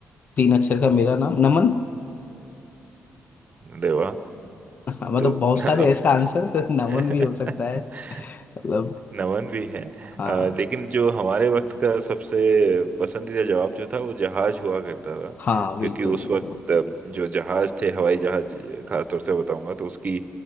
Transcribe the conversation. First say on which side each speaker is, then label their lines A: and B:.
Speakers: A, on the left; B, on the right.
A: तीन अक्षर का मेरा नाम नमन
B: देवा
A: हाँ, मतलब
B: तो
A: बहुत
B: <laughs>
A: सारे
B: अब
A: हैं इसका आंसर <laughs> नमन
B: <laughs>
A: भी हो सकता है मतलब
B: नमन भी है
A: हाँ
B: अ, लेकिन जो हमारे वक्त का सबसे पसंदीदा जवाब जो था वो जहाज हुआ करता था
A: हाँ बिल्कुल
B: क्योंकि उस
A: बिल्कुल
B: वक्त अ, जो जहाज थे हवाई जहाज खास तौर से बताऊंगा तो उसकी